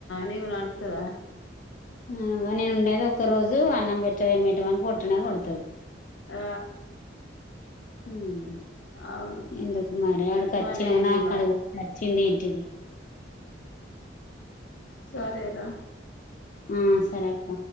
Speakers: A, on the left; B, on the left.
A: నీకు నడ్తదా
B: ఉం నేను ఉండేది ఒక్క రోజు అన్నం పెట్ట ఏమేట వక్ కొట్టనే కొడతాడు
A: ఆ
B: హుమ్
A: అవును
B: ఎందుకు మరి అడికీ అచ్చి
A: మరేంది
B: నువ్ నాక్
A: మరి
B: అడుగు చిందేంటిది
A: సరేరా
B: ఉమ్ సరే అక్క